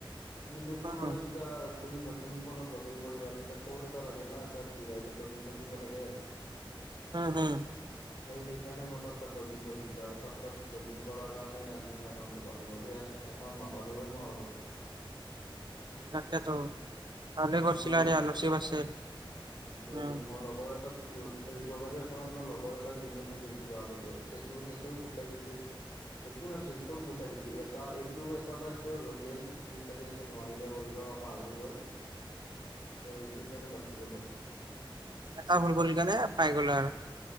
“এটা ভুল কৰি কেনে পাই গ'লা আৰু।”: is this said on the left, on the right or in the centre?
Right